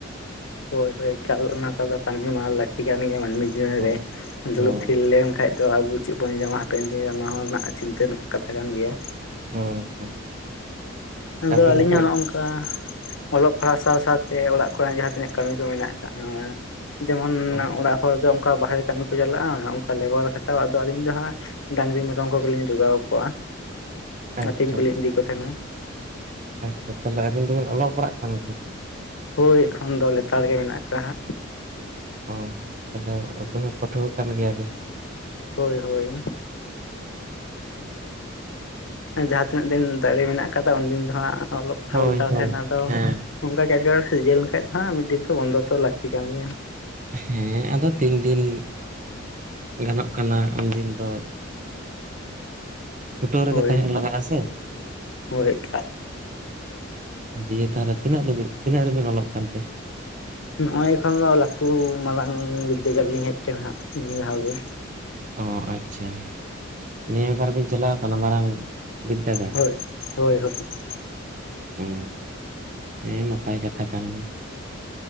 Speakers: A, on the left (about 75°); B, on the right (about 40°).
A: ᱦᱚᱭ ᱦᱚᱭ ᱮᱠᱟᱞ ᱚᱱᱟ ᱠᱚᱫᱚ ᱠᱟᱹᱢᱤ ᱢᱟ ᱞᱟᱹᱠᱛᱤ ᱠᱟᱱ ᱜᱮᱭᱟ ᱢᱟᱹᱱᱢᱤ ᱡᱤᱭᱚᱱ
B: ᱦᱚᱸ
A: ᱨᱮ ᱫᱩᱲᱩᱵ
B: ᱦᱚᱸ
A: ᱛᱷᱤᱨ ᱞᱮᱢ ᱠᱷᱟᱡ ᱫᱚ ᱟᱵᱚ ᱪᱮᱫ ᱵᱚᱱ ᱡᱟᱢᱟ ᱦᱟᱯᱮᱱ ᱫᱤᱱ ᱨᱮ ᱱᱚᱣᱟ ᱨᱮᱱᱟᱜ ᱪᱤᱱᱛᱟᱹ ᱨᱮᱱᱟᱜ ᱠᱟᱛᱷᱟ ᱠᱟᱱ ᱜᱮᱭᱟ
B: ᱦᱚᱸ ᱦᱚᱸ
A: ᱟᱫᱚ
B: ᱟᱹᱵᱤᱱ
A: ᱟᱞᱤᱧ
B: ᱜᱮ
A: ᱦᱚᱸ ᱱᱚᱜᱝᱠ ᱯᱟ ᱚᱞᱚᱜ ᱯᱟᱲᱦᱟᱣ ᱥᱟᱶ ᱥᱟᱶᱛᱮ ᱚᱲᱟᱜ ᱠᱚᱣᱟᱜ ᱡᱟᱦᱟᱸ ᱛᱤᱱᱟᱹᱜ ᱠᱟᱹᱢᱤ ᱠᱚ ᱢᱮᱱᱟᱜ ᱠᱟᱜ ᱱᱚᱣᱟ ᱡᱮᱢᱚᱱ
B: ᱦᱚᱸ
A: ᱚᱲᱟᱜ ᱦᱚᱲ ᱫᱚ ᱚᱝᱠᱟ ᱵᱟᱦᱨᱮ ᱠᱟᱹᱢᱤ ᱠᱚ ᱪᱟᱞᱟᱜ-ᱟ ᱚᱝᱠᱟ ᱞᱮᱵᱟᱨ ᱠᱷᱟᱴᱟᱣ ᱟᱫᱚ ᱟᱹᱞᱤᱧ ᱫᱚ ᱦᱟᱸᱜ ᱰᱟᱹᱝᱨᱤ ᱢᱮᱨᱚᱢ ᱠᱚᱜᱮᱞᱤᱧ ᱡᱚᱜᱟᱣ ᱠᱚᱣᱟ
B: ᱟᱪᱪᱷᱟ
A: ᱟᱹᱛᱤᱧ ᱠᱚᱞᱤᱧ
B: ᱟᱪᱪᱷᱟ
A: ᱤᱫᱤ ᱠᱚ ᱛᱦᱮᱱᱟ
B: ᱟᱪᱪᱷᱟ ᱛᱦᱟᱞᱮ ᱟᱵᱤᱱ ᱫᱚᱵᱤᱱ ᱚᱞᱚᱜ ᱯᱟᱲᱟᱜ ᱠᱟᱱ ᱜᱮ
A: ᱦᱳᱭ ᱮᱠᱷᱚᱱ ᱫᱚ ᱞᱮᱛᱟᱲ ᱜᱮ ᱢᱮᱱᱟᱜ ᱠᱟᱜ-ᱟ ᱦᱟᱸᱜ
B: ᱚ ᱛᱚᱵᱮ ᱟᱵᱤᱱ ᱦᱚᱸ ᱯᱟᱹᱴᱷᱣᱟᱹ ᱠᱟᱱ ᱜᱮᱭᱟᱵᱤᱱ
A: ᱦᱳᱭ ᱦᱳᱭ ᱡᱟᱦᱟᱸ ᱛᱤᱱᱟᱹᱜ ᱫᱤᱱ ᱫᱟᱲᱮ ᱢᱮᱱᱟᱜ ᱠᱟᱫᱟ ᱩᱱᱫᱤᱱ ᱫᱚ ᱦᱟᱸᱜ ᱚᱞᱚᱜ ᱯᱟᱲᱦᱟᱣ
B: ᱦᱳᱭ
A: ᱞᱮᱛᱟᱲ
B: ᱦᱳᱭ
A: ᱛᱟᱦᱮᱱᱟ ᱟᱫᱚ
B: ᱦᱮᱸ
A: ᱚᱝᱠᱟ ᱜᱮ ᱟᱹᱰᱤ ᱜᱟᱱ ᱥᱤᱡᱟᱹᱣ ᱠᱷᱟᱡ ᱢᱟ ᱢᱤᱫ ᱫᱤᱱ ᱫᱚ ᱵᱚᱱᱫᱚ ᱛᱚ ᱞᱟᱹᱠᱛᱤ ᱠᱟᱱ ᱜᱮᱭᱟ
B: ᱦᱮᱸ ᱟᱫᱚ ᱛᱤᱱ ᱫᱤᱱ ᱜᱟᱱᱚᱜ ᱠᱟᱱᱟ ᱩᱱᱫᱤᱱ ᱫᱚ ᱪᱷᱩᱴᱟᱹᱣ ᱨᱮᱜᱮ
A: ᱦᱳᱭ
B: ᱛᱟᱦᱮᱱ ᱞᱟᱜᱟᱜ-ᱟ ᱥᱮ
A: ᱦᱳᱭ <unintelligible>
B: ᱤᱭᱟᱹ ᱛᱟᱞᱦᱮ ᱛᱤᱱᱟᱹᱜ ᱨᱮᱵᱤᱱ ᱛᱤᱱᱟᱹᱜ ᱨᱮᱵᱤᱱ ᱚᱞᱚᱜ ᱠᱟᱱᱛᱮ
A: ᱱᱚᱜ ᱚᱭ ᱮᱠᱷᱚᱱ ᱫᱚ ᱞᱟᱹᱴᱩ ᱢᱟᱨᱟᱝ ᱵᱤᱫᱽᱫᱟᱹᱜᱟᱲ ᱞᱤᱧ ᱦᱮᱡ ᱠᱟᱱᱟ ᱦᱟᱸᱜ ᱱᱤᱭᱟᱹ ᱫᱷᱟᱣ ᱜᱮ
B: ᱚ ᱟᱪᱪᱷᱟ ᱱᱤᱭᱟᱹ ᱵᱟᱨ ᱵᱤᱱ ᱪᱟᱞᱟᱣ ᱠᱟᱱᱟ ᱢᱟᱨᱟᱝ ᱵᱤᱫᱫᱟᱜᱟᱲ
A: ᱦᱳᱭ ᱦᱳᱭ ᱦᱳᱭ
B: ᱦᱩ ᱦᱮᱸ ᱱᱟᱯᱟᱭ ᱠᱟᱛᱷᱟ ᱠᱟᱱ ᱜᱮ